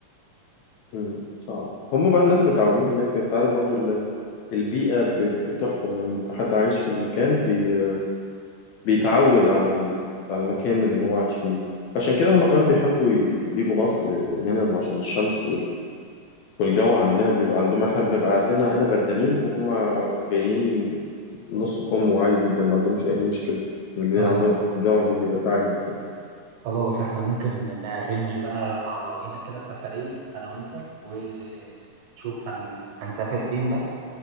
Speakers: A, on the left; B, on the right.
A: مم. صعب هم بقى الناس متعودين هناك انت عارف برضو ال- البيئة ب- بتحكم لما بيبقى حد عايش في المكان بي... بيتعود على ال... على المكان اللي هو عايش فيه عشان كده هم كمان بيحبوا ي- يجوا مصر هنا عشان الشمس والجو عندنا بيبقى عندهم احنا بنبقى عندنا هنا بدانين وهم جايين نص كم وعادي جدا ما عندهمش اي مشكله الجو
B: اه
A: عندهم الجو عندهم بيبقى ساقع جدا
B: خلاص احنا ممكن نأرنج بقى مع بعضينا كده سفرية أنا وأنت ونشوف هن... هنسافر فين بقى